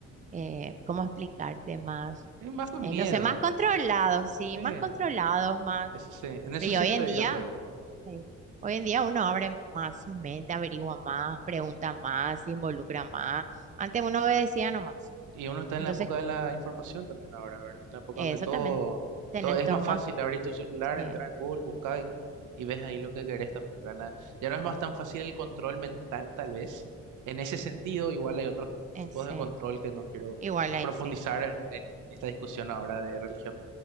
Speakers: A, on the right; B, on the right.
A: eh, ¿cómo explicarte? Más,
B: es más con
A: eh,
B: miedo.
A: no sé, más controlados, sí,
B: Sí,
A: más controlados, más.
B: eso sí, en eso
A: Pero
B: sí
A: y hoy
B: estoy
A: en día.
B: de acuerdo.
A: Sí. Hoy en día uno abre más su mente, averigua más, pregunta más, se involucra más. Antes uno obedecía nomás.
B: Y uno está en
A: Entonces,
B: la época de la información también ahora, ¿verdad? En la época
A: eso
B: donde todo,
A: también tenés
B: todo es
A: todos
B: más
A: más.
B: fácil abrir tu celular,
A: Sí,
B: entrar en Google, buscar y, y ves ahí lo que querés también, ¿verdad? Na- Ya no es más tan fácil el control mental, tal vez. En ese sentido, igual hay otros
A: en-
B: tipos
A: sí.
B: de control que no quiero
A: Igual ahí,
B: profundizar
A: sí.
B: en esta discusión ahora de religión.